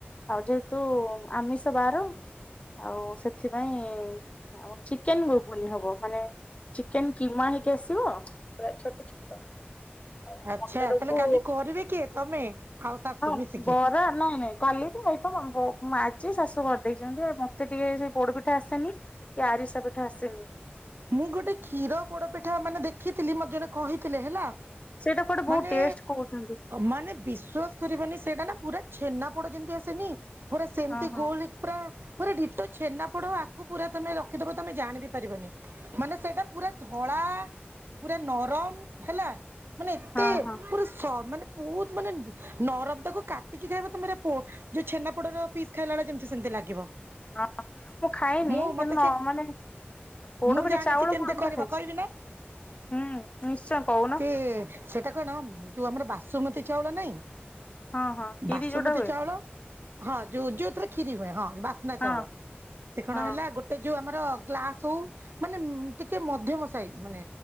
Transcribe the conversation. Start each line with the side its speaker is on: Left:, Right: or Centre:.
Left: ଆଉ ଯ ଯେହେତୁ ଆମିଷ ବାର ଆଉ ସେଥିପାଇଁ ଆଉ ଚିକେନ୍ ଘୁଗୁନି ହବ। ମାନେ ଚିକେନ୍ କିମା ହେଇକି ଆସିବ, ପୁରା ଛୋଟ ଛୋଟ। ଆଉ
Right: ଆଚ୍ଛା,
Left: ମଟରକୁ
Right: ତାହେଲେ କାଲି କରିବେ କିଏ? ତମେ। ଆଉ ଶାଶୁ
Left: ହଁ,
Right: ମିଶିକି?
Left: ବ ନାଇଁ ନାଇଁ କାଲି କି ଆଇଟମ୍ ହବ। ଆଜି ଶାଶୁ କରିଦେଇଛନ୍ତି ମତେ ଟିକେ ସେଇ ପୋଡ ପିଠା ଆସେନି। କି ଆରିସା ପିଠା ଆସିନି।
Right: ମୁଁ ଗୋଟେ କ୍ଷୀର ପୋଡପିଠା ମାନେ ଦେଖିଥିଲି, ମତେ ଜଣେ କହିଥିଲେ ହେଲା।
Left: ସେଇଟା କୁଆଡେ ବହୁତ
Right: ମାନେ,
Left: ଟେଷ୍ଟ କହୁଛନ୍ତି
Right: ମାନେ ବିଶ୍ୱାସ୍ କରିବନି, ସେଇଟା ନା ପୁରା ଛେନାପୋଡ ଯେମିତି ଆସେନି, ପୁରା ସେମିତି
Left: ହଁ ହଁ
Right: ଗୋଲ୍ ହେଇକି ପୁରା ପୁରା ଡିଟୋ ଛେନାପୋଡ, ଆକୁ ପୁରା ତମେ ରଖିଦବ, ତମେ ଜାଣି ବି ପାରିବନି। ମାନେ ସେଇଟା ପୁରା ଧଳା, ପୁରା ନରମ୍ ହେଲା। ମାନେ ଏତେ
Left: ହଁ ହଁ
Right: ପୁରା ସ, ମାନେ ବହୁତ ମାନେ ନରମ୍, ତାକୁ କାଟିକି ଖାଇବ ତମେ ପୁରା ପୋ ଯୋଉ ଛେନା ପୋଡ ର ପିସ୍ ଖାଇଲା ଭଳିଆ, ଯେମିତି ସେମିତି ଲାଗିବ।
Left: ହଁ, ମୁଁ ଖାଇନି
Right: ମୁଁ ମତେ
Left: କିନ୍ତୁ
Right: ସେ
Left: ମାନେ ପୋଡ
Right: ମୁଁ
Left: ପିଠା
Right: ଜାଣିଚି
Left: ଚାଉଳ
Right: କେମିତି
Left: ପୋଡ ପିଠା
Right: କରିବ,
Left: ଖାଇଛି।
Right: କହିବି ନା?
Left: ହୁଁ ନିଶ୍ଚୟ କହୁନ
Right: ସେ ସେଇଟା କଣ, ଯୋଉ ଆମର ବାସୁମତୀ ଚାଉଳ ନାଇଁ,
Left: ହଁ ହଁ କ୍ଷୀରି
Right: ବାସୁମତୀ
Left: ଯୋଉଟା ହୁଏ
Right: ଚାଉଳ ହଁ ଯୋଉ ଯୋଉଥିରେ କ୍ଷୀରି ହୁଏ, ହଁ, ବାସ୍ନା
Left: ହଁ
Right: ଚାଉଳ, ସେ କଣ
Left: ହଁ
Right: ହେଲା ଗୋଟ୍ ଏ ଯୋଉ ଆମର ଗ୍ଲାସ୍ ହଉ, ମାନେ ଟିକେ ମଧ୍ୟମ ସାଇଜ୍, ମାନେ